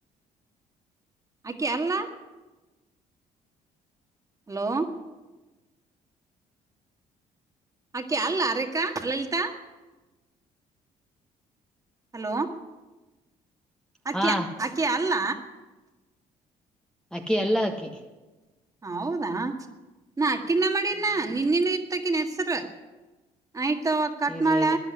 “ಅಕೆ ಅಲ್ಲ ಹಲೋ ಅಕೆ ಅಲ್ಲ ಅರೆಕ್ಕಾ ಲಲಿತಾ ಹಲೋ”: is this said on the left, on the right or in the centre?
Right